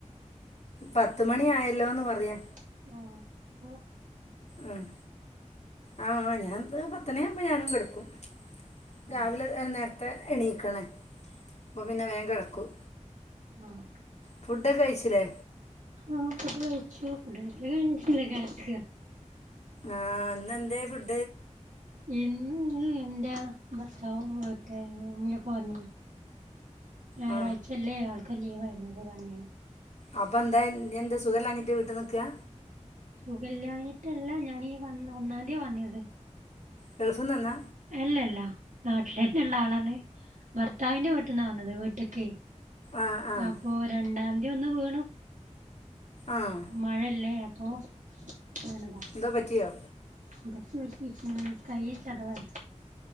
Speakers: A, on the left; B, on the right.
A: പത്ത് മണി ആയല്ലോന്ന് പറയ്യാ
B: ഓഹ്
A: ആഹ് ആഹ് ഞാൻ പത്ത്ണിയാവുമ്പോ ഞാനും കെടുക്കും രാവില
B: ആ
A: നേരത്തെ എണീക്കണെ അപ്പപ്പിന്നെ വേം കെടക്കും
B: ആഹ്
A: ഫുഡൊക്കെ കഴിച്ചിലേ
B: ആഹ്‌ ഫുഡ് കഴിച്ചു, ഫുഡ് കഴിക്കലയ്ഞ്ഞിട്ടില്ല. കെടക്ക
A: ആഹ് ന്നെന്തേ ഫുഡ്
B: ഇന്ന് എന്റെ ഭർത്താവും വീട്ടാരും ഉമ്മ്യും ഒക്കെ വന്നീനി ഞായറാഴ്ചല്ലേ
A: ആ
B: ആൾക്ക് ലീവ് ആയിരുന്നു. അപ്പൊ വന്നീനി
A: അപ്പം ന്തേ നി എന്ത സുഖല്ലാഞ്ഞിട്ട് വീടട്ട്നിക്കാ
B: സുഖല്യാഞ്ഞിട്ടല്ല ഞാനീ വന്ന ഒന്നാന്തിയാ വന്നത്
A: തെൾസംന്ന്ന്ന
B: അല്ലല്ലാ നാട്ടിലന്നെള്ളാളാണ്. ഭർത്താവിന്റെ വീട്ട്ന്നവന്നത്. വീട്ട്ക്കെയ്
A: ആഹ് ആഹ്
B: അപ്പൊ രണ്ടാന്തിഒന്ന് വീണു
A: ആഹ്
B: മഴല്ലേ അപ്പൊ വീണതാ
A: ന്തോ പറ്റിയോ
B: ഇൻജെക്ഷൻ വച്ചിരിക്കാണ്. കയ്യിന് ചതവായി